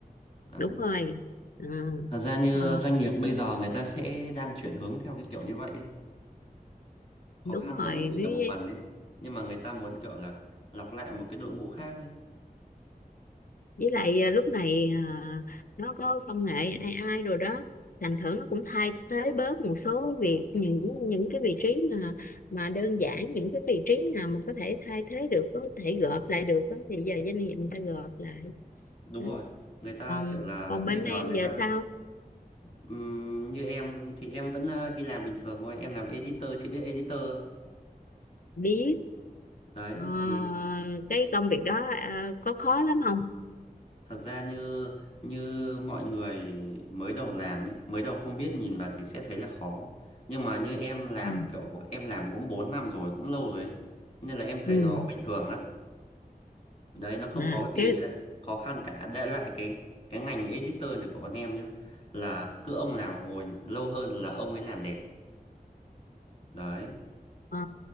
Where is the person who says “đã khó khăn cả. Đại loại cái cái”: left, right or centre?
Left